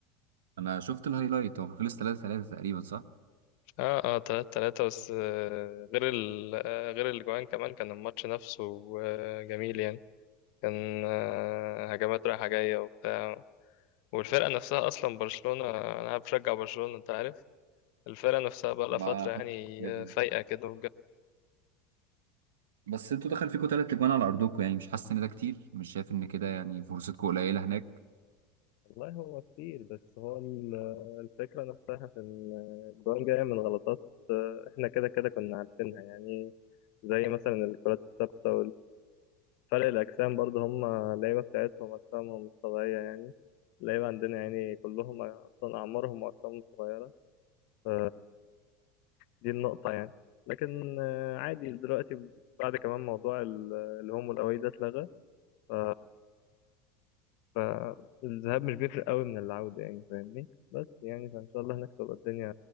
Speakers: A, on the right; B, on the left.
A: انا شفت الهايلايت هو خلص 3 3 تقريبا صح
B: اه اه تلاتة تلاتة بس آه، غير ال آه، غير الجوان كمان كان الماتش نفسه آه، جميل يعني كان آه، هجمات رايحة جاية وبتاع والفرقة نفسها أصلا برشلونة أنا بشجع برشلونة أنت عارف الفرقة نفسها بقى لها
A: ما
B: فترة
A: خدتش
B: يعني
A: بالي.
B: آه، فايقة كده
A: بس انتوا دخل فيكم تلات اجوان على ارضكم يعني مش حاسس ان ده كتير مش شايف ان كده يعني فرصتكم قليله هناك
B: والله هو كتير بس هو ال- الفكرة نفسها في إن الجوان جاية من غلطات آه، إحنا كده كده كنا عارفينها يعني زي مثلا الكرات الثابتة وفرق الأجسام برضه هم اللعيبة بتاعتهم أجسامهم مش طبيعية يعني اللعيبة عندنا يعني كلهم أصلا أعمارهم وأجسامهم صغيرة ف- دي النقطة يعني لكن آه، عادي دلوقتي بعد كمان موضوع ال- الهوم والأوي ده اتلغى ف فالذهاب مش بيفرق قوي من العودة يعني فاهمني بس يعني فإن شاء الله هناك تبقى الدنيا